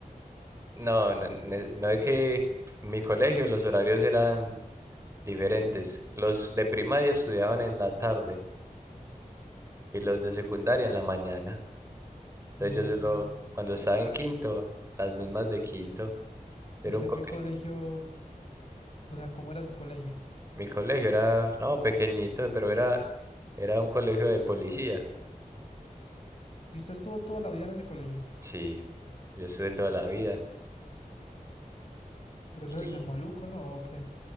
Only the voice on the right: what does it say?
No, no, ne- no es que en mi colegio los horarios eran diferentes. Los de primaria estudiaban en la tarde y los de secundaria en la mañana. Entonces
yo solo, cuando estaba en quinto, las mismas de quinto, era
un coquete.
Mi colegio era, no, pequeñito, pero era, era un colegio de policía.
Sí, yo estuve toda la vida.
Y